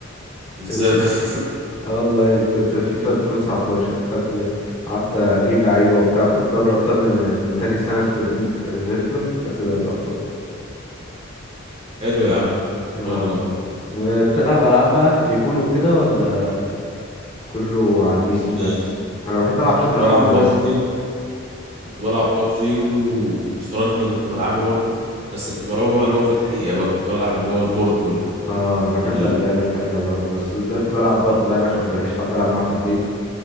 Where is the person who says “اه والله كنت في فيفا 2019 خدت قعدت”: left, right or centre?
Left